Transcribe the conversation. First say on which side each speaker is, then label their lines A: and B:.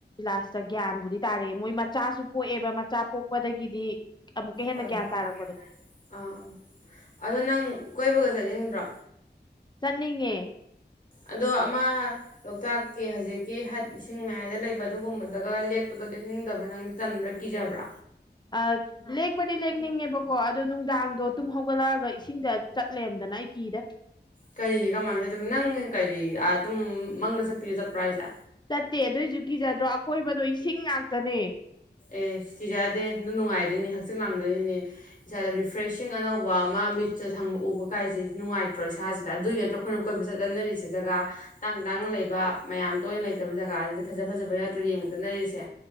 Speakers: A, on the left (about 25°); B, on the left (about 45°).
A: ꯂꯥꯁꯇ ꯒ꯭ꯌꯥꯟꯕꯨꯗꯤ ꯇꯥꯔꯛꯑꯦ ꯃꯣꯏ ꯃꯆꯥꯁꯨ ꯄꯣꯛꯑꯦꯕ ꯃꯆꯥ ꯄꯣꯛꯄꯗꯒꯤꯗꯤ ꯑꯃꯨꯛꯀ ꯍꯦꯟꯅ
B: ꯍꯣꯏ
A: ꯒ꯭ꯌꯥꯟ
B: ꯍꯣꯏ
A: ꯇꯥꯔꯛꯄꯗꯣ
B: ꯑꯥ ꯑꯥ ꯑꯗꯣ ꯅꯪ ꯀꯣꯏꯕꯒ ꯆꯠꯅꯤꯡꯗ꯭ꯔꯣ
A: ꯆꯠꯅꯤꯡꯉꯦ
B: ꯑꯗꯣ ꯑꯃ ꯂꯣꯛꯇꯥꯛꯀꯤ ꯍꯧꯖꯤꯛꯀꯤ ꯍꯠ ꯏꯁꯤꯡ ꯃꯌꯥꯏꯗ ꯂꯩꯕ ꯑꯗꯨꯒꯨꯝꯕꯗꯒ ꯂꯦꯛꯄꯗꯣ ꯂꯦꯛꯅꯤꯡꯗꯕ꯭ꯔ ꯅꯪ ꯇꯟꯕ꯭ꯔꯥ ꯀꯤꯖꯕ꯭ꯔꯥ
A: ꯑ ꯂꯦꯛꯄꯗꯤ ꯂꯦꯛꯅꯤꯡꯉꯦꯕꯀꯣ ꯑꯗꯣ ꯅꯨꯡꯗꯥꯡꯗꯣ ꯇꯨꯝ ꯍꯧꯒꯠꯂꯛꯑꯒ ꯏꯁꯤꯡꯗ ꯆꯠ ꯂꯩꯔꯝꯗꯅ ꯑꯩ ꯀꯤꯗ
B: ꯀꯔꯤꯒꯤ ꯀꯃꯥꯏꯅ ꯑꯗꯨꯕꯨ ꯅꯪ ꯀꯔꯤ ꯑꯗꯨꯝ ꯃꯪꯗ ꯆꯠꯄꯤꯔꯣ ꯆꯠꯄ꯭ꯔꯥ ꯍꯥꯏꯁꯦ
A: ꯆꯠꯇꯦ ꯑꯗꯨꯑꯣꯏꯁꯨ ꯀꯤꯖꯗ꯭ꯔꯣ ꯑꯀꯣꯏꯕꯗꯣ ꯏꯁꯤꯡ ꯉꯥꯛꯇꯅꯦ
B: ꯑꯦ ꯀꯤꯖꯗꯦ ꯑꯗꯨ ꯅꯨꯡꯉꯥꯏꯗꯣꯏꯅꯤ ꯍꯛꯆꯤꯛ ꯂꯥꯡꯗꯣꯏꯅꯤꯅꯦ ꯏꯁꯥꯗ ꯔꯤꯐ꯭ꯔꯦꯁꯤꯡ ꯑꯅꯧꯕ ꯋꯥ ꯑꯃ ꯃꯤꯠꯇ ꯁꯪꯕ ꯎꯕ ꯀꯥꯏꯁꯤ ꯅꯨꯡꯉꯥꯏꯇ꯭ꯔꯣ ꯏꯁꯥꯁꯤꯗ ꯑꯗꯨꯒꯤ ꯅꯠꯇ꯭ꯔꯣ ꯑꯩꯈꯣꯏꯅ ꯀꯣꯏꯕ ꯆꯠ ꯆꯟꯅꯔꯤꯁꯦ ꯖꯒꯥ ꯇꯥꯡ ꯇꯥꯡꯅ ꯂꯩꯕ ꯃꯌꯥꯝ ꯇꯣꯏꯅ ꯂꯩꯇꯕ ꯖꯒꯥꯁꯤꯗ ꯐꯖ ꯐꯖꯕ ꯅꯠꯇ꯭ꯔꯣ ꯌꯦꯡꯕ ꯆꯠꯅꯔꯤꯁꯦ